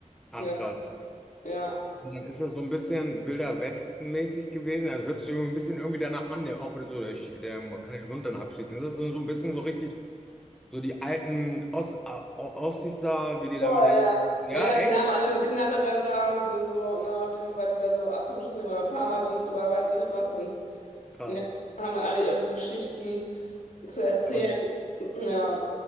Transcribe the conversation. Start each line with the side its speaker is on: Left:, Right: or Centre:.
Centre: ach
Left: Ja,
Centre: krass.
Left: ja.
Centre: Also Dann ist das so ein bisschen Wilder Westen-mäßig gewesen. Also hört sich so ein bisschen irgendwie danach an, der, auch wenn du so, der, Sch- der kann den Hund dann abschießen. Ist das so, so ein bisschen so richtig, so die alten Ost, Ossis da, wie die
Left: Voll,
Centre: da mit den.
Left: ja.
Centre: Ja,
Left: Ja, ja,
Centre: echt?
Left: die haben alle eine Knarre dann da und sind so, ne, auf dem, weil die da so ab vom Schuss nehmen oder Farmer sind oder weiß nicht was und
Centre: Krass.
Left: ja, haben da alle ihre Geschichten zu erzählen.
Centre: Aber
Left: Ja,